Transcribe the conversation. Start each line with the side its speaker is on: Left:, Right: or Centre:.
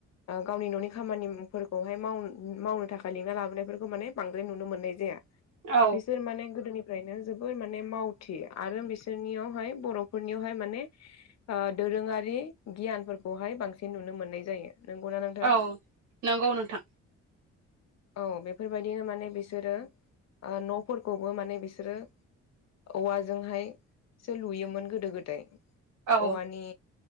Left: गावनि न'नि खामानिफोरखौहाय मावनो थाखाय लिंना लाबोनायफोरखौ माने बांद्राय नुनो मोननाय जाया।
Right: औ
Left: बिसोर माने गोदोनिफ्रायनो जोबोर माने मावथि आरो बिसोरनियावहाय बर'फोरनियावहाय माने दोरोंङारि गियानफोरखौहाय बांसिन नुनो मोननाय जायो। नंगौना नोंथां
Right: औ नंगौ नोंथां
Left: औ बेफोरबायदिनो माने बिसोरो न'फोरखौबो माने बिसोरो औवाजोंहायसो लुयोमोन गोदो गोदाय
Right: औ
Left: औवानि